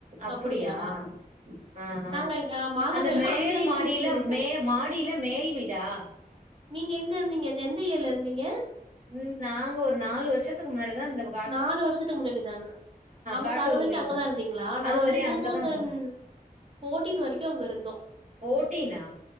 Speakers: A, on the right (about 50°); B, on the right (about 35°).
A: அப்டியா
B: அப்படியா
A: ஆ அ
B: நாங்க ஆ மாதா
A: அந்த
B: கோயிலுக்கு
A: மேல்
B: சைடு
A: மாடில
B: வீடு இருக்கு
A: மே மாடில மேல் வீடா
B: நீங்க எங்க இருந்தீங்க எந் எந்த ஏர்ல இருந்தீங்க
A: ம் நாங்க ஒரு நாலு வருஷத்துக்கு முன்னாடிதா இந்த பக்
B: நாலு வருஷத்துக்கு முன்னாடிதான அங்க
A: காட்டூர்
B: அதுவரைக்கு வந்து
A: வீடு
B: அங்கதா இருந்தீங்களா நா
A: அது
B: வந்து
A: வரையு
B: டூ
A: அங்கதா
B: தௌசண்
A: இருந்தோ
B: ஃபோர்ட்டின் வரைக்கு அங்க இருந்தோ
A: ஃபோர்ட்டினா